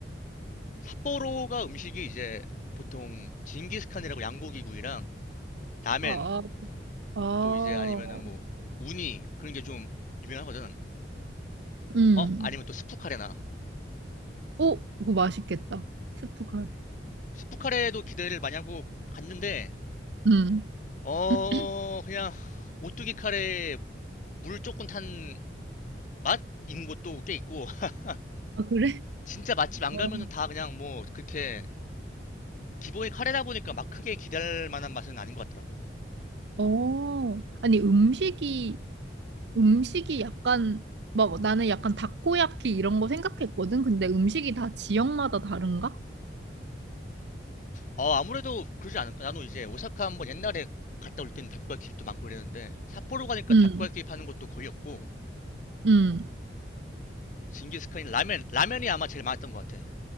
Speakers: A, on the left; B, on the right.
A: 삿포로가 음식이 이제 보통 징기스칸이라고 양고기 구이랑 라멘
B: 아, 아, 아.
A: 또 이제 아니면은 뭐 우니 그런 게 좀 유명하거든.
B: 음.
A: 어? 아니면 또 스프 카레나.
B: 어, 그거 맛있겠다. 스프 카레.
A: 스프 카레도 기대를 많이 하고 갔는데
B: 음.
A: 어,
B: <clears throat>
A: 그냥 오뚜기 카레에 물 조금 탄 맛인 곳도 꽤 있고 <laughs>
B: 아, 그래?
A: 진짜 맛집 안
B: 어,
A: 가면은 다 그냥 뭐 그렇게 기본이 카레다 보니까 막 크게 기대할 만한 맛은 아닌 것 같더라고.
B: 어. 아니, 음식이 음식이 약간 막 나는 약간 다코야키 이런 거 생각했거든. 근데 음식이 다 지역마다 다른가?
A: 어, 아무래도 그러지 않을까? 나도 이제 오사카 한번 옛날에 갔다 올 때는 닭야끼 집도 많고 그랬는데 삿포로 가니까
B: 응,
A: 닭야끼 파는 곳도 거의 없고
B: 응.
A: 징기스칸이 라면 라면이 아마 제일 많았던 것 같아.